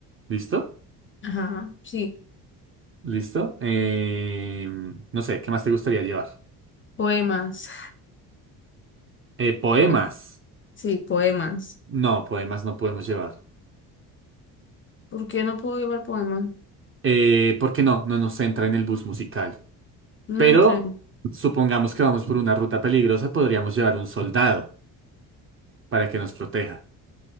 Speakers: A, on the right; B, on the left.
A: ¿Listo?
B: Ajá, sí,
A: ¿Listo? Eh, no sé, ¿qué más te gustaría llevar?
B: poemas.
A: Eh, poemas.
B: <laughs> Sí, poemas.
A: No, poemas no podemos llevar.
B: ¿Por qué no puedo llevar poemas?
A: Eh, porque no, no nos entra en el bus musical.
B: No
A: Pero
B: entran.
A: supongamos que vamos por una ruta peligrosa, podríamos llevar un soldado. para que nos proteja.